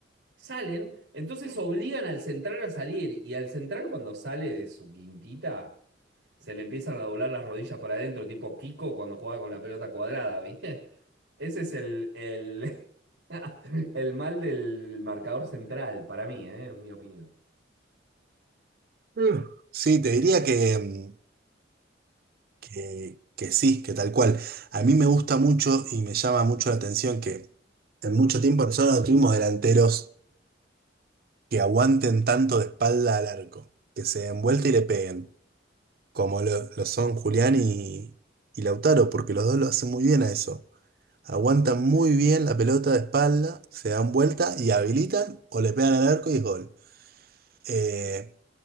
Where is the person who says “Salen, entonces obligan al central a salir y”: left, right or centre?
Right